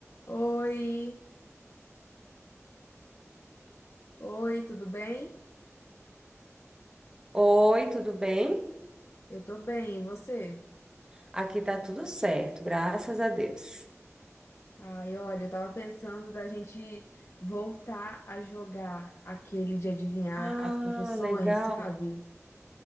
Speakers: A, on the left (about 55°); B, on the right (about 15°).
A: Oi, oi, tudo bem?
B: Oi, tudo bem?
A: Eu tô bem, e você?
B: Aqui tá tudo certo, graças a Deus.
A: Ai, olha, eu tava pensando da gente voltar a jogar aquele de adivinhar
B: Ah,
A: as profissões,
B: legal.
A: sabe?